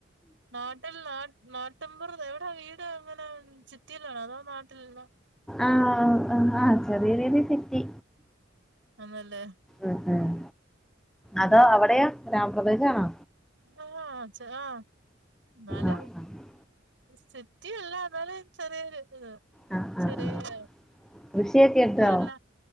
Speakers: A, on the right (about 75°); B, in the centre.
A: നാട്ടിൽ നാ നാട്ടമ്പുറ എവിടാ വീട് വീട് എങ്ങനെ ചിത്തീലനോ അതോ നാട്ടിലല്ല
B: ആഹ ആഹ ചെറിയ ചെറിയ സിറ്റി
A: ആന്നല്ലേ
B: ഉം ഉം
A: ഉം
B: അതോ അവിടെയോ ഗ്രാമപ്രദേശ ആണോ
A: ആഹ് ച്ച ആഹ്. ന്നാലും
B: ആഹ് ആഹ്
A: സിറ്റിയല്ല ന്നാലും ചെറിയൊരു ഇത്.
B: ആഹ്
A: ചെറ്യോ
B: ആഹ് ആഹ് കൃഷിയൊക്കെ ഉണ്ടോ
A: തല്ല.